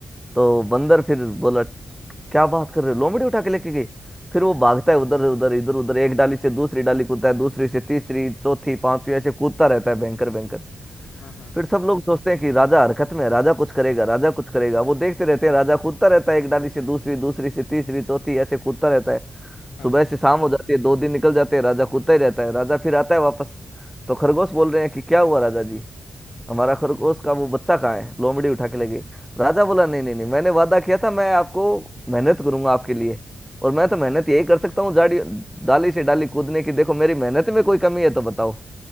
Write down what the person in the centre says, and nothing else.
तो बंदर फिर बोला क्या बात कर रहे हो लोमड़ी उठा के लेके गई फिर वो भागता है उधर उधर इधर उधर एक डाली से दूसरी डाली कूदता है दूसरी से तीसरी चौथी पांचवी ऐसे कूदता रहता है भयंकर भयंकर
फिर सब लोग सोचते हैं कि राजा हरकत में है राजा कुछ करेगा राजा कुछ करेगा वो देखते रहते हैं राजा कूदता रहता है एक डाली से दूसरी दूसरी से तीसरी चौथी ऐसे कूदता रहता है
सुबह
से शाम हो जाती है दो दिन निकल जाते हैं राजा कूदता ही रहता है राजा फिर आता है वापस तो खरगोश बोल रहे हैं कि क्या हुआ राजा जी हमारा खरगोश का वो बच्चा कहाँ है लोमड़ी उठा के ले गई राजा बोला नहीं नहीं नहीं मैंने वादा किया था मैं आपको मेहनत करूंगा आपके लिए और मैं तो मेहनत यही कर सकता हूँ जाड़ी डाली से डाली कूदने की देखो मेरी मेहनत में कोई कमी है तो बताओ